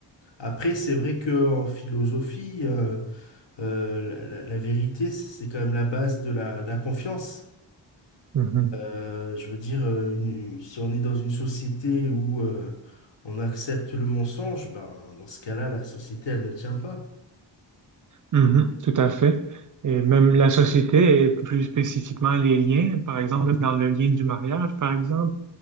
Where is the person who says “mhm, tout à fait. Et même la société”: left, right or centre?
Right